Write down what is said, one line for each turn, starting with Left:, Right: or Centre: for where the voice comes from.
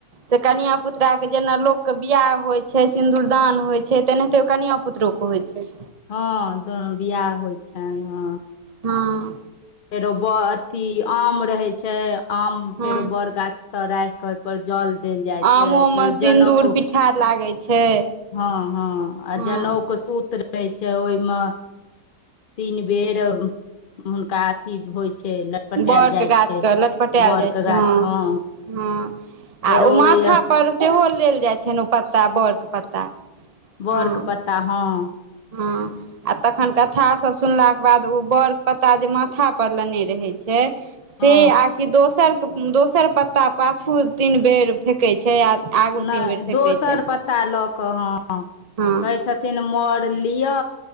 Right: से कनिया पुतरााक के जेना लोकके बियाह होइत छै सिन्दूरदान होइ छै तेनाहिते कनिआ पुतरोके होइ छै
Left: ह बियाह होइ छनि ह
Right: हँ
Left: फेरो बड़ अथी आम रहैत छै आम
Right: हँ
Left: फेरो बड़ गाछ तर राखि क पर जल देल जाइ
Right: आमोमे
Left: छै फेर
Right: सिन्दूर
Left: जनेउ
Right: पिठार लागै छै
Left: हँ हँ आ
Right: हँ
Left: जनेउ के सूत रहे छै ओहिमे तीन बेर हुनका अथी होइ छै लटपटायल
Right: बड़के
Left: जाइ
Right: गाछके
Left: छै
Right: लटपटायल
Left: बड़के
Right: जाइ छै
Left: गाछ हँ
Right: हँ
Left: फेरो
Right: आ ओ माथा
Left: ओहि
Right: पर सेहो लेल जाइत छनि ओ पत्ता बड़के पत्ता
Left: बड़के
Right: हँ
Left: पत्ता हँ
Right: हँ आ तखन कथा सभ सुनलाके बाद ओ बड़के पत्ता जे माथापर लेने रहैत छै से
Left: हँ
Right: आकि दोसर दोसर पत्ता पा फूल तीन बेर फेेकै छै आ आगू
Left: नहि
Right: तीन बेर फेकै
Left: दोसर
Right: छै
Left: पत्ता ल क ह
Right: हँ
Left: कहै छथिन मर किआ